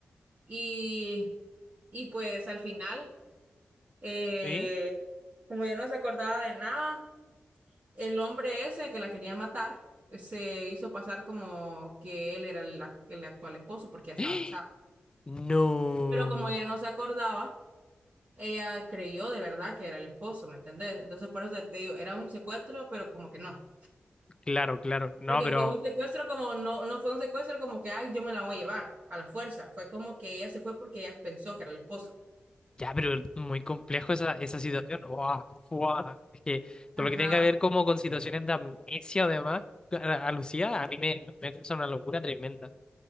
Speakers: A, on the right; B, on the left.
A: Y, y pues al final, eh,
B: ¿Sí?
A: como ella no se acordaba de nada, el hombre ese que la quería matar eh, se hizo pasar como que él era el, ac- el actual esposo porque ya estaba
B: <gasps>
A: casado.
B: No.
A: Pero como ella no se acordaba, ella creyó de verdad que era el esposo, ¿me entendés? Entonces por eso te digo, era un secuestro, pero como que no.
B: Claro, claro. No,
A: Porque
B: pero.
A: fue un secuestro como, no, no fue un secuestro como que, ay, yo me la voy a llevar a la fuerza. Fue como que ella se fue porque ella pensó que era el esposo.
B: Ya, pero muy complejo esa, esa situación. <laughs> Buah, buah. Es que todo
A: Ajá.
B: lo que tenga que ver como con situaciones de amnesia o demás, a, a Lucía, a mí me, me causa una locura tremenda.